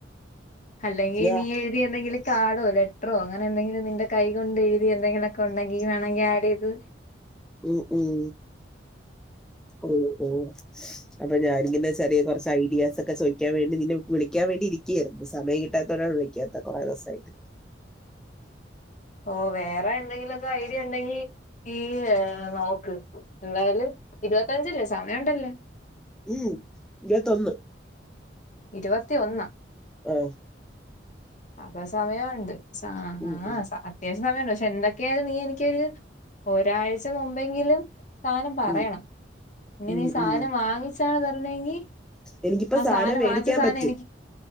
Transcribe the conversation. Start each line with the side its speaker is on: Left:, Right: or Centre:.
Left: അല്ലെങ്കി
Centre: ഞാ,
Left: നീ എഴുതിയ എന്തെങ്കിലും കാടോ ലെറ്ററോ അങ്ങനെ എന്തെങ്കിലും നിന്റെ കൈ കൊണ്ട് എഴുതി എന്തെങ്കിലുമൊക്കെ ഉണ്ടെങ്കി വേണെങ്കി ആഡയ്ത്
Centre: ഉം ഉം ഓഹ് ഓഹ് അപ്പൊ ഞാനിങ്ങനെ ചെറിയ കുറച്ച് ഐഡിയാസ് ഒക്കെ ചോദിക്കാൻ വേണ്ടി നിന്നെ വിളിക്കാൻ വേണ്ടി ഇരിക്കു. <unintelligible> സമയം കിട്ടാത്തോണ്ടാണ് വിളിക്ക്യാത്തെ കൊറെ ദെവസായിട്ട്.
Left: ഓഹ് വേറെ എന്തെങ്കിലുമൊക്കെ ഐഡിയ ഒണ്ടെങ്കി ഈ നോക്ക്. എന്തായാലും ഇരുപത്തഞ്ചല്ലേ സമയം ഒണ്ടല്ല്.
Centre: ഉം ഇരുവത്തൊന്ന്.
Left: ഇരുവത്തിഒന്ന്.
Centre: ആഹ്
Left: അപ്പൊ സമയോണ്ട് സാ
Centre: ഉം,
Left: ആ
Centre: ഉം,
Left: സ അത്യാവശ്യം സമയ്ണ്ട്. പക്ഷെ എന്തൊക്കെയായാലും നീ എനിക്കൊരു ഒരാഴ്ച മുമ്പെങ്കിലും സാനം പറയണം.
Centre: ഉം,
Left: ഇനി
Centre: ഉം,
Left: നീ സാധനം
Centre: ഉം.
Left: വാങ്ങിച്ചാണ് തരണെങ്കി
Centre: എനിക്കിപ്പോ
Left: ആ
Centre: സാധനം
Left: സാനം
Centre: മേടിക്കാൻ
Left: വാങ്ങിച്ച സാനം
Centre: പറ്റും
Left: എനിക്കി